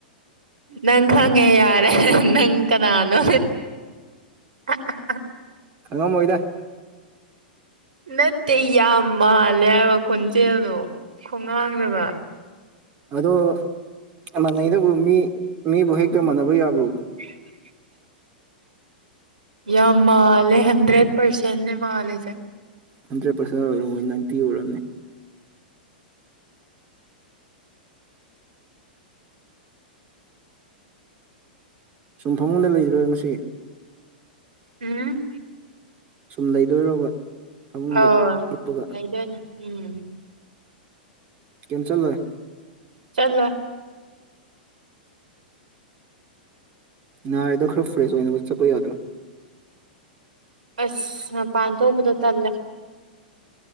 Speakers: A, on the right; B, on the right.
A: ꯅꯪ ꯈꯪꯉꯦ ꯌꯥꯔꯦ ꯅꯪ ꯀꯅꯥꯅꯣ ꯑꯥ ꯑꯥ ꯍꯥ
B: ꯈꯪꯉꯝꯃꯣꯏꯗ
A: ꯅꯠꯇꯦ ꯌꯥꯝ ꯃꯥꯜꯂꯦ ꯍꯥꯏꯕ ꯈꯣꯟꯖꯦꯜꯗꯣ ꯈꯨꯉꯥꯡꯗꯨꯒ
B: ꯑꯗꯣ ꯃꯥꯟꯅꯩꯅꯕꯨ ꯃꯤ ꯃꯤꯕꯨ ꯍꯦꯛꯇ ꯃꯥꯟꯅꯕ ꯌꯥꯕ꯭ꯔꯣ
A: <inaudible> ꯌꯥꯝ ꯃꯥꯜꯂꯦ ꯍꯟꯗ꯭ꯔꯦꯠ ꯄꯥꯔꯁꯦꯟ ꯅꯦ ꯃꯥꯜꯂꯤꯁꯦ
B: ꯍꯟꯗ꯭ꯔꯦꯠ ꯄꯥꯔꯁꯦꯟ ꯑꯣꯏꯔꯝꯃꯣꯏ ꯅꯥꯏꯟꯇꯤ ꯑꯣꯏꯔꯝꯅꯤ ꯁꯨꯝ ꯐꯃꯨꯡꯗ ꯂꯩꯔꯤꯔꯣꯉꯁꯤ
A: ꯎꯝ
B: ꯁꯨꯝ ꯂꯩꯗꯣꯏꯔꯣꯕ ꯐꯃꯨꯡꯗ
A: ꯑꯥ
B: ꯍꯤꯞꯄꯒ
A: ꯂꯩꯗꯣꯏꯅꯦ ꯎꯝ
B: ꯀꯩꯝ ꯆꯠꯂꯣꯏ
A: ꯆꯠꯂꯣꯏ
B: ꯅꯥꯔꯤꯗꯣ ꯈꯔ ꯐ꯭ꯔꯦꯁ ꯑꯣꯏꯅꯕ ꯆꯠꯂꯨ ꯌꯥꯗ꯭ꯔꯣ
A: ꯑꯁ ꯃꯄꯥꯟ ꯊꯣꯛꯄꯗꯣ ꯇꯜꯂꯦ